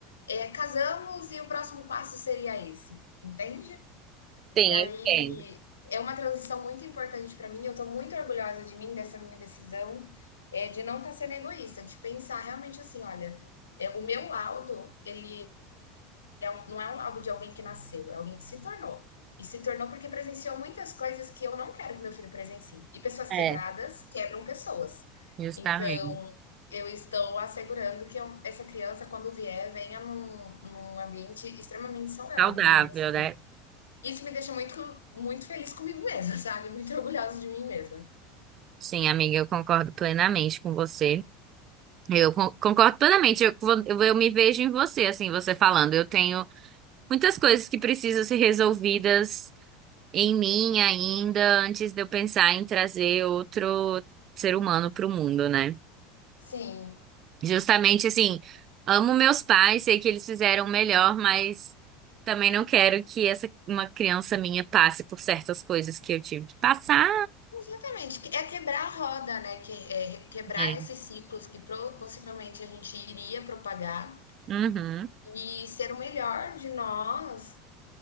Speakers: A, on the left; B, on the right.
A: é, casamos e o próximo passo seria esse, entende?
B: Sim,
A: E aí
B: eu entendo.
A: é uma transição muito importante para mim. Eu estou muito orgulhosa de mim, dessa minha decisão, é, de não estar sendo egoísta, de pensar realmente assim: olha, é, o meu laudo, ele é um- não é um laudo de alguém que nasceu, é alguém que se tornou. E se tornou porque presenciou muitas coisas que eu não quero que meu filho presencie. E pessoas
B: É.
A: quebradas quebram pessoas.
B: Justamente.
A: Então, eu estou assegurando que eu- essa criança, quando vier, venha num, num ambiente extremamente saudável.
B: Saudável,
A: E assim,
B: né?
A: isso me deixa muito, muito feliz comigo mesma, <laughs> sabe? Muito orgulhosa de mim mesma.
B: Sim, amiga, eu concordo plenamente com você. Eu con- concordo plenamente. Eu, vou- eu, eu me vejo em você, assim, você falando. Eu tenho muitas coisas que precisam ser resolvidas em mim ainda, antes de eu pensar em trazer outro ser humano para o mundo, né?
A: Sim,
B: Justamente assim, amo meus pais, sei que eles fizeram o melhor, mas também não quero que essa uma criança minha passe por certas coisas que eu tive que passar.
A: exatamente. Que- É quebrar a roda, né? Que, é quebrar
B: É.
A: esses ciclos que pro- possivelmente a gente iria propagar
B: Uhum.
A: e ser o melhor de nós.